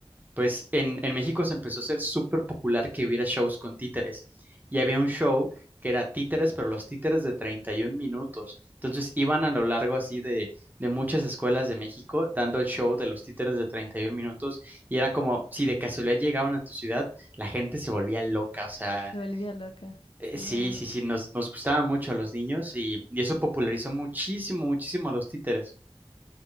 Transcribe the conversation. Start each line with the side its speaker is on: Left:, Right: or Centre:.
Right: Pues en, en México se empezó a ser súper popular que hubiera shows con títeres. Y había un show que era títeres, pero los títeres de 31 minutos. Entonces iban a lo largo así de, de muchas escuelas de México dando el show de los títeres de 31 minutos. Y era como si de casualidad llegaban a tu ciudad, la gente se volvía loca. O sea,
Left: Te volvía loca.
Right: eh,
Left: Oh.
Right: sí, sí, sí, nos, nos gustaba mucho a los niños y, y eso popularizó muchísimo, muchísimo a los títeres.